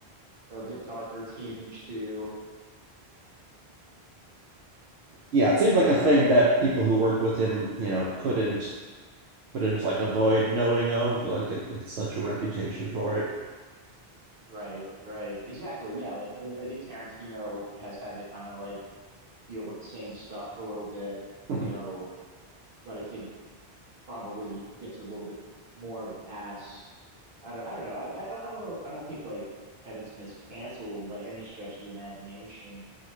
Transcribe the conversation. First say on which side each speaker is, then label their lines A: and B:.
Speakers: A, on the right; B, on the right.
A: a bit darker tinge too.
B: yeah, it seemed
A: But
B: like a
A: um,
B: thing that people who worked with him, you know, couldn't couldn't like avoid knowing of. Like it, it's such a reputation for it.
A: right, right, exactly. Yeah, like I I think Tarantino has had to kind of like deal with the same stuff a little bit,
B: <laughs>
A: you know. But I think probably gets a little bit more of a pass. I don't, I don't know. I, I, I don't know. I don't think like Kevin Smith's canceled by any stretch of the imagination,